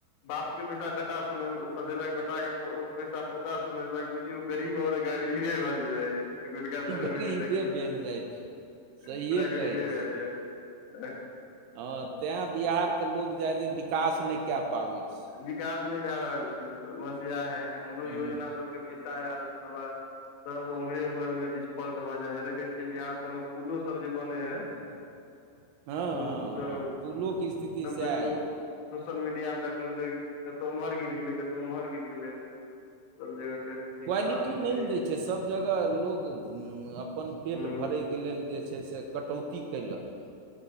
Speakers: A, on the left (about 75°); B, on the right (about 80°).
A: बाप के पैसा कटा सम सधेलक बेटाके पैसा पोता सधेलक बुझियौ गरीब ग नहि रहल छै गकाल समयमे
B: गरीबे
A: जे देखल
B: भेल
A: छै
B: जाइ छै सहिए
A: <unintelligible> उकड़ा करी
B: कहै
A: जे
B: छी
A: भेलल छै
B: हँ तैँ बिहारके लोक जादे विकास नहि कए पाबै छै
A: विकास नहि भए रहल छै समस्या है हमरो
B: हँ
A: योजना सबके पैसा आयल छला सब ओम्हरे उम्हर मे डिस्फल्ट भऽ जाइ है देखै छियै बिहार सबमे पुलो सब जे बनै है
B: <inaudible> हँ
A: पुल तऽ
B: हँ पुलोके
A: एकदम
B: स्थिति सएह
A: देखलो
B: यए
A: सोसल मीडिया मे देखलहु कतहु उमहर गिर गेल कतहु उमहर गिर गेल सब जगह के स्थिति
B: क्वालिटी
A: खराब छलै
B: नहि ने दै छै सभ जगह लोक अपन पेट
A: हूँ
B: भरयके लेल जे छै से कटौती कयलक